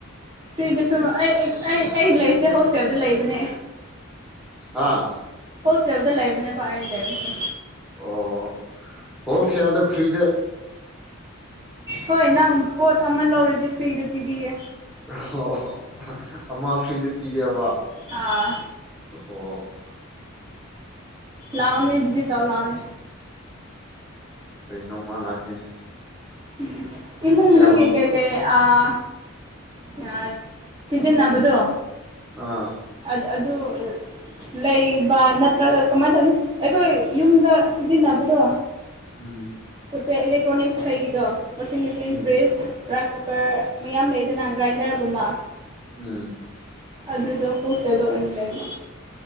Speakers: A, on the right; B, in the centre.
A: ꯐ꯭ꯔꯤꯗꯁꯨ ꯑꯩ ꯑꯩ ꯑꯩ ꯂꯩꯔꯤꯁꯦ ꯍꯣꯁꯇꯦꯜꯗ ꯂꯩꯕꯅꯦ
B: ꯑꯥ
A: ꯍꯣꯁꯇꯦꯜꯗ ꯂꯩꯕꯅꯦꯕ ꯑꯩ ꯂꯩꯕꯁꯦ
B: ꯑꯣ ꯍꯣꯜꯁꯦꯜꯗ ꯐ꯭ꯔꯤꯗ
A: ꯍꯣꯏ ꯅꯪ ꯄꯣꯠ ꯑꯃ ꯂꯧꯔꯗꯤ ꯐ꯭ꯔꯤꯗ ꯄꯤꯕꯤꯒꯦ
B: ꯑꯣꯍꯣ ꯍꯣ ꯑꯃ ꯐ꯭ꯔꯤꯗ ꯄꯤꯒꯦꯕ
A: ꯑꯥ
B: ꯑꯣ
A: ꯂꯥꯎꯑꯣꯅꯦ ꯕꯤꯖꯤ ꯇꯥꯎ ꯂꯥꯎꯑꯣꯅꯦ
B: ꯀꯩ ꯅꯣꯡꯃꯥ ꯂꯥꯛꯀꯦꯅꯦ
A: ꯎꯝ ꯏꯃꯨꯡ
B: ꯑꯌꯥꯕ
A: ꯃꯅꯨꯡꯒꯤ ꯀꯩ ꯀꯩ ꯑꯥ ꯌꯥꯏ ꯁꯤꯖꯤꯟꯅꯕꯗꯣ
B: ꯑꯥ
A: ꯑꯥ-ꯑꯗꯨ ꯂꯩꯕ ꯅꯠꯇ꯭ꯔꯒ ꯀꯃꯥꯏꯅ ꯇꯧꯅꯤ ꯑꯩꯈꯣꯏ ꯌꯨꯝꯗ ꯁꯤꯖꯤꯟꯅꯕꯗꯣ
B: ꯎꯨꯝ
A: ꯄꯣꯠ ꯆꯩ ꯑꯦꯂꯦꯛꯇ꯭ꯔꯣꯅꯤꯛꯁ ꯀꯩꯒꯤꯗꯣ ꯋꯥꯁꯤꯡ ꯃꯦꯆꯤꯟ
B: ꯎꯝ
A: ꯐ꯭ꯔꯤꯖ ꯔꯥꯏꯁ ꯀꯨꯀꯔ ꯃꯌꯥꯝ ꯂꯩꯗꯅ ꯒ꯭ꯔꯥꯏꯟꯗꯔꯒꯨꯝꯕ
B: ꯎꯝ
A: ꯑꯗꯨꯗꯣ <unintelligible> ꯁꯦꯗꯣ ꯑꯣꯏꯅ ꯂꯩꯕ